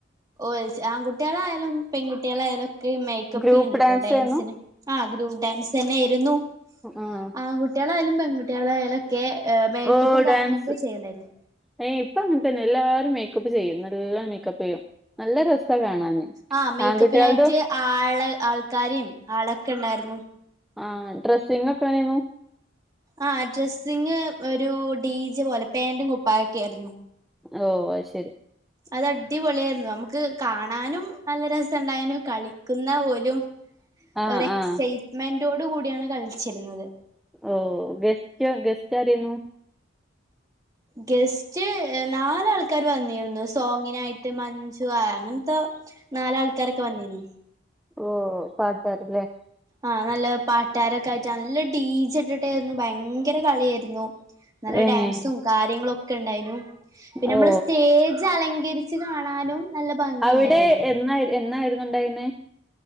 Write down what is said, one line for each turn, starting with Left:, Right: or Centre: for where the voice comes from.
Right: ഓഹ്ച് ആൺകുട്ടികളായാലും പെൺകുട്ടികളായാലും ഇക്ക് മേക്കപ്പ്
Centre: ഗ്രൂപ്പ്
Right: ചെയ്യ്ണ്ട്
Centre: ഡാൻസേന്നു
Right: ട്ടോ ഡാൻസിന് ആഹ് ഗ്രുപ്പ് ഡാൻസ് ന്നെര് ന്നു
Centre: ആഹ്
Right: ആൺകു കുട്ടികളായാലും പെൺകട്ടികളായാലും ഒക്കെ മേക്കപ്പും
Centre: ഓ
Right: കാര്യങ്ങളൊക്കെ
Centre: ഡാൻസ്
Right: ചെയ്യണ്ടായിരുന്നു
Centre: ഏയ് ഇപ്പ അങ്ങനത്തന്നെ എല്ലാരും മേക്കപ്പ് ചെയ്യും നല്ല മേക്കപ്പ് ചെയ്യും നല്ല രസാ കാണാന്
Right: ആ മേക്കപ്പിനായിട്ട്
Centre: ആൺകുട്ടിയാളതും
Right: ആള് ആൾക്കാരെയും ആളൊക്കെണ്ടായിരുന്നു
Centre: ആഹ് ഡ്രസ്സിംഗ് ഒക്കെ എങ്ങനെന്നു
Right: ആഹ് ഡ്രസ്സിങ് ഒരു ഡീജെ പോലെ പാന്റും കുപ്പായൊക്കെ ആര്ന്നു
Centre: ഓഹ് അയ്ശരി
Right: അത് അടിപൊളിയായിരുന്നു നമുക്ക് കാണാനും നല്ല രസണ്ടായിനു കളിക്കുന്ന ഓലും
Centre: ആഹ്
Right: ഒര് എക്സൈറ്റ്മെന്റോട്
Centre: ആഹ്
Right: കൂടിയാണ് കളിച്ചിരുന്നത്
Centre: ഓഹ് ഗസ്റ്റ് ഗസ്റ്റ് ആരെന്നു <unintelligible>
Right: ഗസ്റ്റ് നാലാൾക്കാര് വന്നിരുന്നു സോങ്ങിനായിട്ട് മഞ്ജു ആഹ് അങ്ങനത്തെ നാലാൾക്കാരൊക്കെ വന്നീനു
Centre: ഓഹ് പാട്ടാര് ല്ലേ
Right: ആഹ് നല്ല പാട്ടാരൊക്കെ ആയിട്ട് നല്ല ഡീജ ഇട്ടിട്ടായിരുന്നു ഭയങ്കര കളിയായിരുന്നു നല്ല
Centre: ഏഹ്
Right: ഡാൻസും കാര്യങ്ങളോക്കെ ണ്ടായിനു പിന്നെ നമ്മള്
Centre: ഓ
Right: സ്റ്റേജ് അലങ്കരിച്ച് കാണാനും നല്ല ഭംഗിയുണ്ടായിരുന്നു
Centre: അവിടെ എന്നായി എന്നായിരുന്നുണ്ടായിരുന്നേ